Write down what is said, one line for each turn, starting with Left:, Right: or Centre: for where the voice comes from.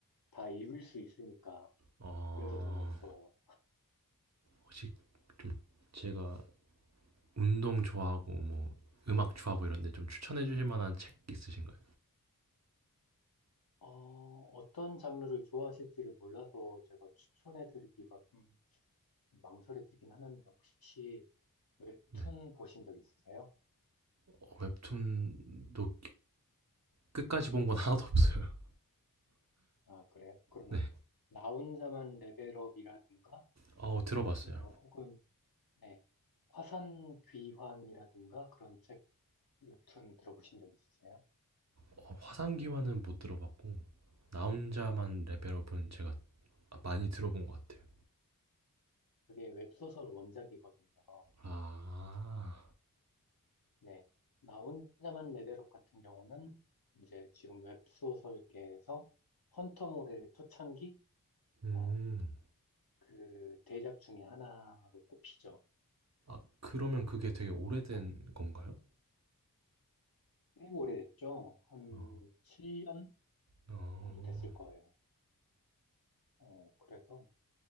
Left: 다 읽을 수 있으니까.
Right: 아,
Left: 그래서 정말 좋아요.
Right: 혹시 좀 제가 운동 좋아하고 뭐 음악 좋아하고 이런데 좀 추천해 주실 만한 책 있으신가요?
Left: 어, 어떤 장르를 좋아하실지를 몰라서 제가 추천해드리기가 좀 망설여지긴 하는데, 혹시 웹툰
Right: 네.
Left: 보신 적 있으세요?
Right: 어, 웹툰도 끝까지 본 건 하나도 없어요. <laughs>
Left: 아, 그래요? 그러면,
Right: 네.
Left: 나 혼자만 레벨업이라든가,
Right: 어, 들어봤어요.
Left: 어, 어, 혹은 네, 화산 귀환이라든가 그런 책 웹툰 들어보신 적 있으세요?
Right: 어, 화상기와는 못 들어봤고 나 혼자만 레벨업은
Left: 네,
Right: 제가 많이 들어본 것 같아요.
Left: 그게 웹소설 원작이거든요.
Right: 아,
Left: 네, 나 혼자만 레벨업 같은 경우는 이제 지금 웹소설계에서 헌터몰의 초창기
Right: 음.
Left: 어, 그 대작 중에 하나로 꼽히죠.
Right: 아, 그러면 그게 되게 오래된
Left: 그래서
Right: 건가요?
Left: 꽤 오래됐죠. 한
Right: 어,
Left: 7년
Right: 어.
Left: 정도 됐을 거예요. 어, 그래서